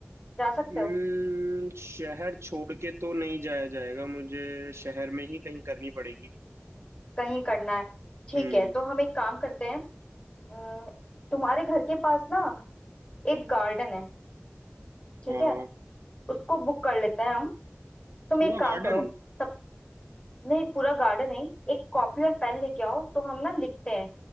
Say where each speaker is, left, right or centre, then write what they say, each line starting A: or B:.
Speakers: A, on the left; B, on the right.
A: जा सकते
B: हम्म,
A: हो
B: शहर छोड़ के तो नहीं जाया जाएगा मुझे शहर में ही कहीं करनी पड़ेगी
A: कहीं करना है ठीक
B: हम्म
A: है तो हम एक काम करते हैं अम, तुम्हारे घर के पास ना एक गार्डन है ठीक
B: हाँ
A: है
B: हाँ
A: उसको बुक कर लेते हैं हम तुम
B: पूरा
A: एक काम
B: गार्डन
A: करो सब नहीं पूरा गार्डन नहीं एक कॉपी और पेन लेके आओ तो हम ना लिखते हैं